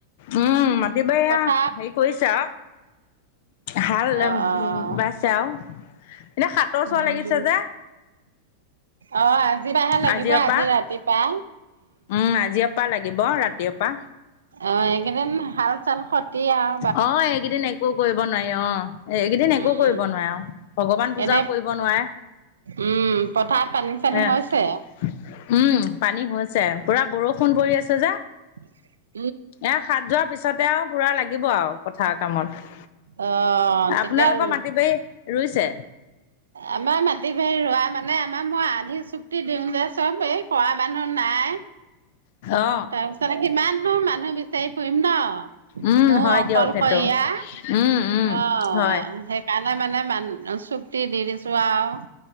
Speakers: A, on the left; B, on the right.
A: উম, মাত বিবেয়া
B: পথাৰ
A: হেয়ি কৰিছে আও। হাল,
B: অ', অ',
A: বাইছে আও, এনে সাতৰ
B: উম।
A: চোৱা লাগিছে যে।
B: অ', আজিপাহে লাগিব,
A: আজিৰ
B: আজি
A: পৰা
B: ৰাতিপা।
A: উম, আজিঅপা লাগিব ৰাত তিওপা
B: অ', এইকেইদিন হাল চাল খতি আও।
A: অ', এইকেইদিন একো কৰিব নোৱাৰি অ', এইকেইদিন
B: উম
A: একো কৰিব নোৱাৰে। আও ভগৱান পূজাও
B: এনে
A: কৰিব নোৱাৰে,
B: উম পথাৰত পানী চানী
A: হয়
B: হৈছে
A: আকৌ উম, পানী হৈ হৈছে, পুৰা বৰষুণ পৰি আছে যে।
B: <inaudible>
A: এয়া শাত যোৱাৰ পিছতে আও পুৰা লাগ লাগিব আও পথাৰ কামত,
B: অ
A: আপোনালোকৰ
B: তেতিয়া আৰু
A: মাটি বাৰি ৰুইছে?
B: আমাৰ মাটি বাৰি ৰোৱা মানে, আমাৰ মই আধিক চুক্তি দিওঁ যে চব এই, কৰা মানুহ নাই।
A: অ
B: তাৰ পিছতে কিমান নো, মানুহ বিচাৰি ফু ন'
A: উম
B: ময়ো
A: হয়
B: অকলশৰীয়া
A: দিয়ক সেইটো
B: অ',
A: উম উম হয়
B: হেইকাৰণ মই মানে, মান চুক্তি দি, দিছোঁ আও।